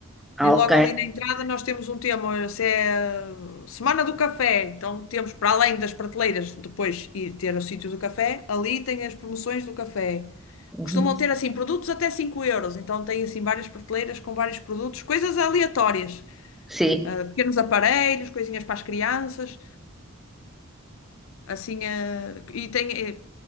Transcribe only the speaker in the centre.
ah,
ok.
Uhum.
Sim,